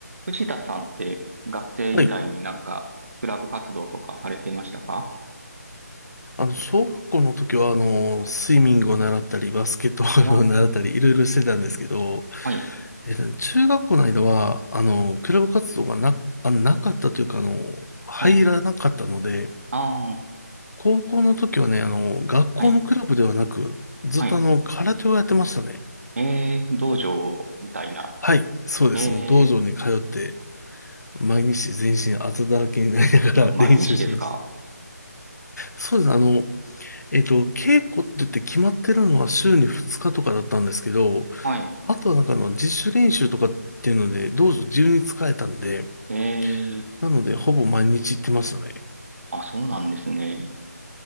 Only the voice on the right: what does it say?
藤田さんって学生時代になんかクラブ活動とかされてましたか
はい。
ああ、
はい、
はい。ああ、
はい、
はい。
えー、道場みたいな。
えー、
ま、毎日ですか
はい。
えー、
あ、そうなんですね。